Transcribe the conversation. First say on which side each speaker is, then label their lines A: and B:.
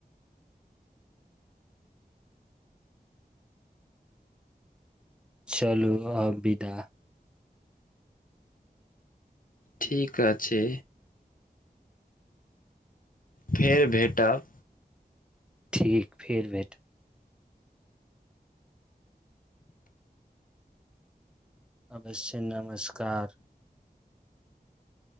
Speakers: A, in the centre; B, on the left.
A: चलू अ विदा
B: ठीक अछि फेर भेटब
A: ठीक फेर भेटब अवश्य नमस्कार